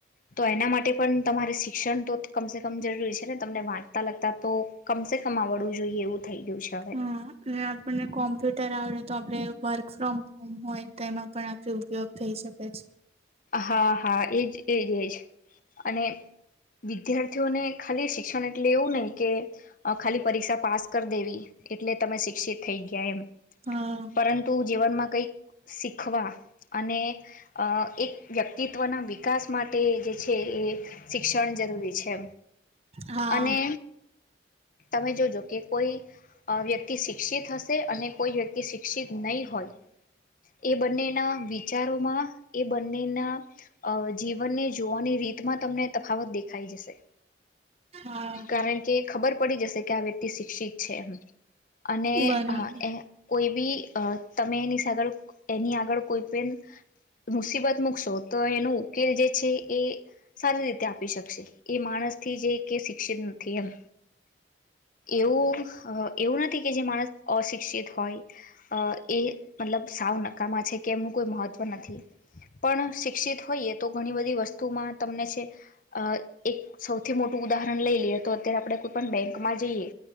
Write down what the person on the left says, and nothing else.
તો એના માટે પણ તમારે સી શિક્ષણ તો કમ સ કમ જરૂરી છે ને તમને વાંચતા લગતા તો કમ સે કમ આવડવું જોઈએ એવું થઈ ગયું છે હવે
હા હા એજ એજ એજ અને વિદ્યાર્થીઓને ખાલી શિક્ષણ એટલે એવું નહી કે ખાલી પરીક્ષા પાસ કરી દેવી એટલે તમે શિક્ષિત થઈ ગયા એમ
પરંતુ જીવનમાં કંઈક શીખવા અને એક વ્યક્તિત્વના વિકાસ માટે જે છે એ શિક્ષણ જરૂરી છે
અને તમે જોજો કે કોઈ અ વ્યક્તિ શિક્ષિત હશે અને કોઈ વ્યક્તિ શિક્ષિત નહી હોય એ બંનેના વિચારોમાં એ બંનેના જીવનને જોવાની રીતમાં તમને તફાવત દેખાઈ જશે
કારણ કે ખબર પડી જશે કે આ વ્યક્તિ શિક્ષિત છે અને
એ કોઈ બ તમે એની એની આગળ કોઈ પણ મુસીબત મૂકશો તો એનો ઉકેલ જે છે એ સારી રીતે આપી શકશે એ માણસ થી જે શિક્ષિત નથી એમ એવું એવું નથી કે જે માણસ અશિક્ષિત હોય એ મતલબ સાવ નકામાં છે કે એમનું કોઈ મહત્વ નથી પણ શિક્ષિત હોઈએ તો ઘણી બધી વસ્તુમાં તમને છે એક સૌથી મોટી ઉદાહરણ લઈ લઈએ તો અત્યારે આપણે કોઈ પણ બેંકમાં જઈએ